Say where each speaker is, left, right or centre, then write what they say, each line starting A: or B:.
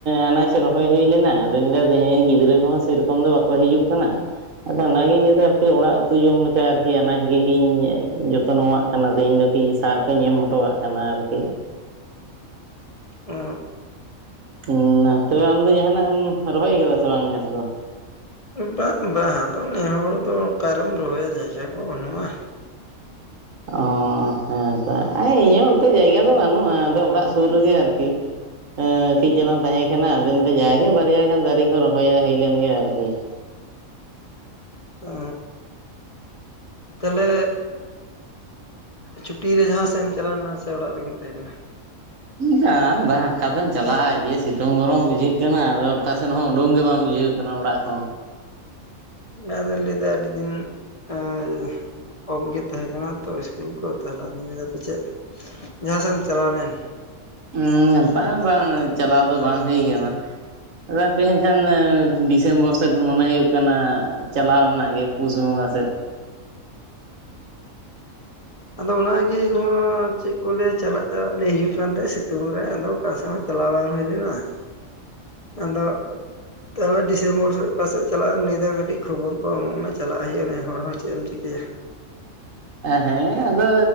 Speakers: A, on the right; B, on the left.
A: ᱟᱱᱟᱡ ᱨᱚᱦᱚᱭ ᱦᱩᱭ ᱞᱮᱱᱟ᱾ ᱟᱫᱚᱧ ᱢᱮᱱᱫᱟ ᱛᱮᱦᱮᱧ ᱜᱤᱫᱽᱨᱟᱹ ᱠᱚᱦᱚᱸ ᱥᱮ ᱨᱚᱠᱚᱢ ᱫᱚ ᱵᱟ ᱠᱚ ᱦᱤᱡᱩᱜ ᱠᱟᱱᱟ ᱾ ᱟᱫᱟ ᱚᱱᱟᱜᱤᱧ ᱞᱟᱹᱭ ᱫᱟ, ᱟᱯᱮ ᱚᱲᱟᱜ ᱩᱛᱩ ᱡᱚᱢ ᱞᱮᱠᱟ ᱟᱨᱠᱤ ᱟᱱᱟᱡ ᱜᱮᱧ ᱡᱚᱛᱱᱚᱣᱟᱜ ᱼᱼ ᱠᱟᱱᱟ ᱛᱮᱦᱮᱧ ᱫᱚ ᱠᱟᱹᱴᱤᱡ ᱥᱟᱨ ᱠᱚᱧ ᱮᱢ ᱦᱚᱴᱚᱣᱟᱜ ᱠᱟᱱᱟ ᱟᱨᱠᱤ ᱾
B: ᱚ
A: ᱦᱩᱸ ᱛᱚᱵᱮ ᱟᱢ ᱫᱚ ᱡᱟᱦᱟᱸᱱᱟᱜ ᱮᱢ ᱨᱚᱦᱟᱭ ᱠᱟᱫᱟ ᱥᱮ ᱵᱟᱝ ᱱᱮᱥ ᱫᱚ?
B: ᱵᱟᱝ, ᱵᱟᱝ ᱟᱫᱚ ᱱᱮ ᱦᱚᱲ ᱫᱚ ᱚᱠᱟ ᱨᱮᱢ ᱨᱚᱦᱚᱭᱟ ᱡᱟᱭᱜᱟ ᱠᱚ ᱵᱟᱹᱱᱩᱜ-ᱟ ᱾
A: ᱚᱻ ᱦᱮᱸᱛᱚ ᱤᱧᱟᱹᱜ ᱚᱱᱛᱮ ᱡᱟᱭᱜᱟ ᱫᱚ ᱵᱟᱹᱱᱩᱜ-ᱟ᱾ ᱟᱫᱚ ᱚᱲᱟᱜ ᱥᱩᱨ ᱨᱮᱜᱮ ᱟᱨᱠᱤ ᱾ ᱦᱩᱸ ᱠᱟᱹᱡ ᱪᱟᱞᱟᱝ ᱛᱟᱦᱮᱸ ᱠᱟᱱᱟ᱾ ᱟᱫᱚ ᱡᱟᱜᱮ ᱵᱟᱨᱭᱟ ᱜᱟᱱ ᱫᱟᱨᱮ ᱠᱚ ᱨᱚᱦᱚᱭᱟ ᱦᱩᱭ ᱞᱮᱱ ᱜᱮᱭᱟ ᱟᱨᱠᱤ ᱾
B: ᱚ ᱛᱟᱦᱚᱞᱮ ᱪᱷᱩᱴᱤ ᱨᱮ ᱡᱟᱦᱟᱸ ᱥᱮᱫ ᱮᱢ ᱪᱟᱞᱟᱣ ᱞᱮᱱᱟ ᱥᱮ ᱚᱲᱟᱜ ᱨᱮᱜᱮᱢ ᱛᱟᱦᱮᱸ ᱠᱟᱱᱟ?
A: ᱵᱟᱝ, ᱵᱟᱝ ᱚᱠᱟᱛᱮᱢ ᱪᱟᱞᱟᱜᱼᱟ, ᱡᱮ ᱥᱤᱛᱩᱝ ᱜᱚᱨᱚᱢ ᱵᱩᱡᱷᱟᱹᱜ ᱠᱟᱱᱟ᱾ ᱟᱫᱚ ᱚᱠᱟᱥᱮᱱ ᱦᱚᱸ ᱩᱰᱩᱝ ᱜᱮ ᱵᱟᱝ ᱵᱩᱡᱷᱟᱹᱣ <unintelligible> ᱚᱲᱟᱜ ᱠᱷᱚᱱ ᱾
B: <unintelligible> ᱞᱟᱹᱭᱫᱟ ᱟᱹᱰᱤ ᱫᱤᱱ <unintelligible> ᱠᱚᱢ ᱜᱮ ᱛᱟᱦᱮᱸ ᱠᱟᱱᱟ ᱛᱚ ᱤᱥᱠᱩᱞ ᱠᱚ ᱛᱟᱦᱚᱞᱮ ᱯᱟᱪᱮᱫ ᱡᱟᱦᱟᱸ ᱥᱮᱫ ᱮᱢ ᱪᱟᱞᱟᱣ ᱞᱮᱱ ᱾
A: ᱩᱸ ᱵᱟᱝ ᱵᱟᱝ ᱪᱟᱞᱟᱣ ᱫᱚ ᱵᱟᱝ ᱦᱩᱭ ᱠᱟᱱᱟ ᱾ ᱟᱫᱚ ᱦᱟᱯᱮ ᱦᱟᱜ ᱠᱷᱟᱱ ᱰᱤᱥᱮᱢᱵᱚᱨ ᱥᱮᱫ ᱢᱚᱱᱮ ᱦᱩᱭᱩᱜ ᱠᱟᱱᱟ ᱾ ᱪᱟᱞᱟᱣ ᱨᱮᱱᱟᱜ ᱜᱮ ᱯᱩᱥ ᱵᱚᱸᱜᱟ ᱥᱮᱫ ᱾
B: ᱩᱸᱻ ᱟᱫᱚ ᱚᱱᱟᱜᱮ ᱤᱧᱦᱚᱸ ᱪᱮᱫ ᱠᱚ ᱞᱟᱹᱭᱟ ᱪᱟᱞᱟᱜ ᱪᱟᱞᱟᱜ ᱞᱟᱹᱭ ᱦᱩᱭᱩᱜ ᱠᱟᱱ ᱛᱟᱦᱮᱡ ᱥᱤᱛᱩᱝ ᱨᱮ ᱟᱫᱚ ᱚᱠᱟ ᱥᱮᱫ ᱦᱚᱸᱼᱼ ᱪᱟᱞᱟᱣ ᱵᱟᱝ ᱦᱩᱭ ᱞᱮᱱᱟ ᱟᱫᱚᱼᱼ ᱛᱟᱦᱚᱞᱮ ᱰᱤᱥᱮᱢᱵᱚᱨ ᱥᱮᱫ ᱚᱠᱟᱥᱮᱫ ᱪᱟᱞᱟᱜ ᱮᱢ ᱞᱟᱹᱭ ᱫᱟ ᱠᱟᱹᱴᱤᱡ ᱠᱷᱚᱵᱚᱨ ᱠᱚ ᱮᱢᱚᱜ ᱢᱮ ᱪᱟᱞᱟᱜ ᱦᱩᱭᱩᱜᱼᱟ ᱱᱮ ᱦᱚᱲ ᱦᱚᱸ ᱪᱮᱫ ᱮᱢ ᱪᱤᱠᱟᱹᱭᱟ ᱾
A: ᱦᱮᱸᱻ ᱟᱫᱚᱼᱼ